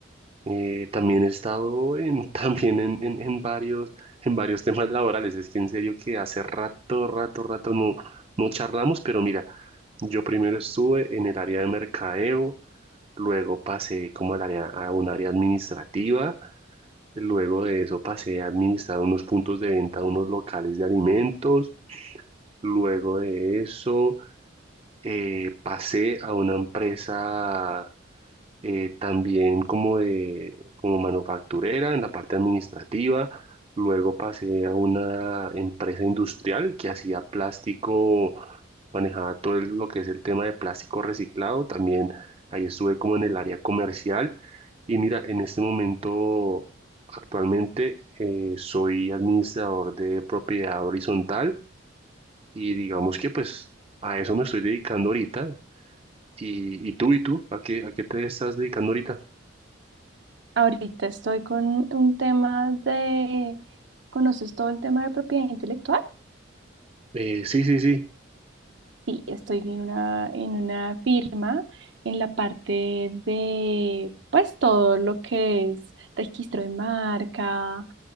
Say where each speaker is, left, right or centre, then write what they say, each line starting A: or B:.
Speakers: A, on the right; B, on the right.
A: Eh, también he estado en, <laughs> también en, en, en varios, en varios temas laborales. Es que en serio que hace rato, rato, rato no, no charlamos, pero mira, yo primero estuve en el área de mercadeo, luego pasé como al área, a un área administrativa, luego de eso pasé a administrar unos puntos de venta, unos locales de alimentos, luego de eso eh, pasé a una empresa eh, también como de como manufacturera en la parte administrativa. Luego pasé a una empresa industrial que hacía plástico, manejaba todo el- lo que es el tema de plástico reciclado. También ahí estuve como en el área comercial. Y mira, en este momento, actualmente, eh, soy administrador de propiedad horizontal y digamos que pues a eso me estoy dedicando ahorita. ¿Y, y tú, y tú? ¿A qué, a qué te estás dedicando ahorita?
B: Ahorita estoy con un tema de... ¿Conoces todo el tema de propiedad intelectual?
A: Eh, sí, sí, sí,
B: Sí, estoy en una, en una firma en la parte de, pues, todo lo que es registro de marca,